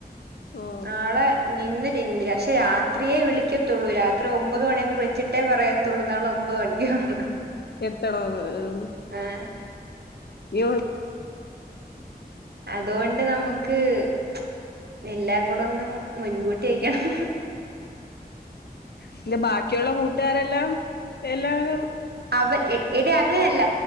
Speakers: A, on the left; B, on the right.
A: ഓ
B: നാളെ നിന്നി ഇന്ദ്ര ക്ഷെ രാത്രിയേ വിളിക്കത്തുള്ളൂ പിന്തിര ക്ഷെ രാത്രിയെ വിളിക്കത്തൊള്ളു രാത്രി ഒമ്പത് മണി ആവുമ്പോ വിളിച്ചിട്ടേ പറയത്തൊള്ളൂ നാളെ ഒമ്പത് മണിക്ക്യാന്ന്
A: എത്തണോന്ന് എഹ്
B: ആഹ്
A: നീ ഒ
B: അതോണ്ട് നമുക്ക് ച്ച് എല്ലാ ല്ലാം കൂടൊന്ന് മുൻകൂ ട്ടിക്കണം
A: പിന്നെ ബാക്കിള്ള കൂട്ടുകാരെല്ലാം എല്ലാവരും
B: അവർ എ എടി അങ്ങനെല്ല